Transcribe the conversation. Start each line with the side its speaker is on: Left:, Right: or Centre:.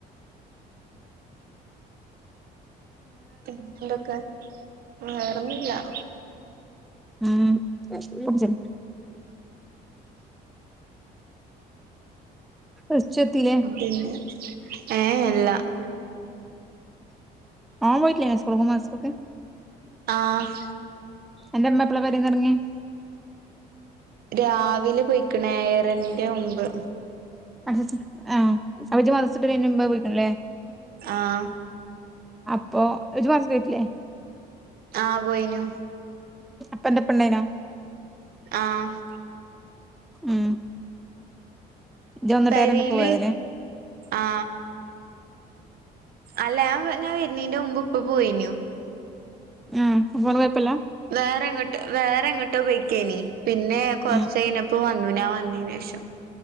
Right: പിന്നെ എന്തൊക്കെ വേറൊന്നുല്ല
Centre: ഉം റിച്ചു എത്തില്ലേ
Right: പിന്നെ ഏ അല്ല
Centre: ഓമ്പോയിട്ടില്ലേ സ്‌കൂൾക്കും മദ്രസികൊക്കെ
Right: ആഹ്
Centre: അന്റെയുമ്മ എപ്പളാ പേരന്ന്റങ്ങി
Right: രാവിലെ പോയിക്കണ് ഏഴരൻ്റെ മുമ്പ്
Centre: ആഹ് അപ്പോജ്ജ് മദ്രസിക്ക് വരുന്നേ മുമ്പേ വിടുമല്ലേ
Right: ആഹ്
Centre: ഇപ്പൊ ഇജ്ജ് മദ്രസക്ക് പോയിട്ടില്ലേ
Right: ആഹ് പോയിനു
Centre: പ്പൊ അൻ്റെപ്പ ഇണ്ടായിനോ
Right: ആഹ്
Centre: ഉം ഇജ്ജ് വന്നിട്ട്
Right: പേരേൽ
Centre: നേരെ അന്റെ ഉപ്പ പോയതാല്ലേ
Right: ആ അല്ല ഞാൻ വരുന്നീന്റെ മുമ്പ് ഇപ്പ പോയിനു
Centre: ഉം അപ്പോന് കൊഴുപ്പല്ല
Right: വേറെ എങ്ങോട്ട് വേറെ എങ്ങോട്ടോ പോയിക്കാനി പിന്നെ കൊറച്ച
Centre: ഉം
Right: ഇപ്പൊ വന്നു ഞാൻ വന്നിന് ശേഷം